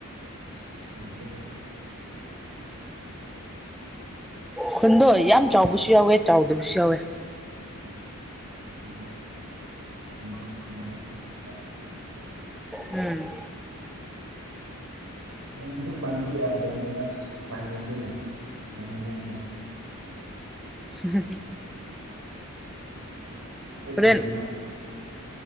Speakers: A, on the right (about 65°); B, in the centre.
A: <inaudible>
B: ꯈꯨꯟꯗꯣ ꯌꯥꯝ ꯆꯥꯎꯕꯁꯨ ꯌꯥꯎꯋꯦ ꯆꯥꯎꯗꯕꯁꯨ ꯌꯥꯎꯋꯦ
A: ꯎ <inaudible> ꯑ <unintelligible>
B: ꯎꯝ
A: ꯏ ꯄꯟꯗ ꯃꯤ ꯄꯥꯟꯕ ꯌꯥꯗꯕꯅꯤꯅ ꯎꯄꯥꯏ ꯂꯩꯇꯦ ꯈꯪꯅꯤꯡꯉꯦ
B: ꯍꯍ
A: ꯑꯗꯨ
B: ꯍꯣꯔꯦꯟ
A: ꯀꯩꯅ